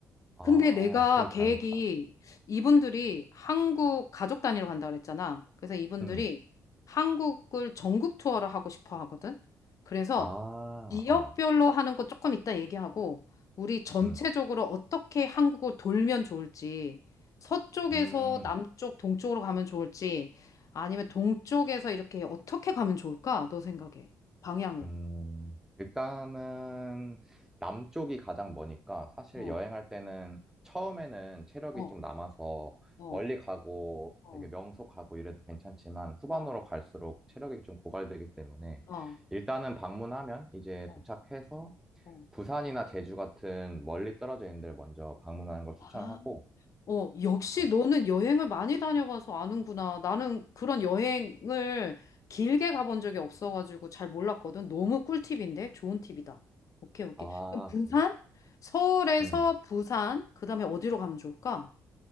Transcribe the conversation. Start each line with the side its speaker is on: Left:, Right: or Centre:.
Centre: 아,
Left: 근데 내가
Centre: 그래,
Left: 계획이
Centre: 잘 됐다.
Left: 이분들이 한국 가족 단위로 간다 그랬잖아. 그래서 이분들이
Centre: 음,
Left: 한국을 전국 투어를 하고 싶어 하거든. 그래서
Centre: 아,
Left: 지역별로
Centre: 어.
Left: 하는 거 조금 이따 얘기하고 우리 전체적으로
Centre: 음,
Left: 어떻게 한국을 돌면 좋을지 서쪽에서
Centre: 음,
Left: 남쪽, 동쪽으로 가면 좋을지 아니면 동쪽에서 이렇게 어떻게 가면 좋을까? 너 생각해. 방향을.
Centre: 음. 일단은 남쪽이 가장 머니까 사실
Left: 어,
Centre: 여행할 때는 처음에는 체력이
Left: 어,
Centre: 좀 남아서
Left: 어,
Centre: 멀리 가고
Left: 어,
Centre: 되게 명소가고 이래도 괜찮지만 후반으로
Left: 어,
Centre: 갈수록 체력이 좀 고갈되기 때문에
Left: 어,
Centre: 일단은 방문하면 이제
Left: 어,
Centre: 도착해서
Left: 어, 어.
Centre: 부산이나 제주 같은 멀리 떨어져 있는 데를 먼저 방문하는 걸 추천하고,
Left: 어. 어, 역시
Centre: 거-
Left: 너는 여행을 많이 다녀봐서 아는구나. 나는 그런 여행을 길게 가본 적이 없어가지고 잘 몰랐거든. 너무 꿀팁인데? 좋은 팁이다. 오케이, 오케이.
Centre: 아,
Left: 그럼 부산?
Centre: 그래?
Left: 서울에서
Centre: 음.
Left: 부산, 그 다음에 어디로 가면 좋을까?